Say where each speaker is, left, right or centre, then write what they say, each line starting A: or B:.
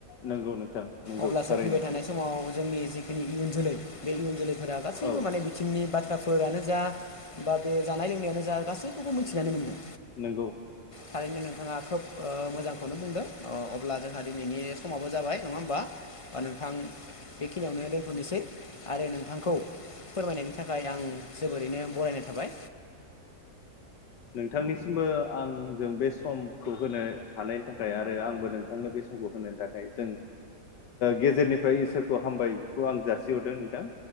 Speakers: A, on the left; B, on the left.
A: नंगौ नोंथां नंगौ
B: अब्लासो
A: थारैनो
B: फैबाय थानाय समाव जोंनि जि जोंनि इयुन जोलै बे इयुन जोलै फोरा गासैबो
A: औ
B: माने बिथिंनि बाथ बाथ्राफोरानो जा, बा बे जानाय लोंनायानो जा गासैखौबो थबो मिथिनानै मोनगोन
A: नंगौ
B: थारैनो नोंथाङा खोब ओ मोजांखौनो बुंदों, अब्ला जोंहा दिनैनि समाबो जाबाय नङा होमबा? नोंथां बेखिनियावनो दोनथनोसै आरो नोंथांखौ फोरमायनायनि थाखाय आं जोबोरैनो बरायनाय थाबाय।
A: नोंथांनिसिमबो आंजों बे समखौ होनो हानायनि थाखाय आरो आंबो नोंथांनो बे समखौ होनायनि थाखाय जों गेजेरनिफ्राय इसोरखौ हामबायखौ आं जासिहरदों नोंथां।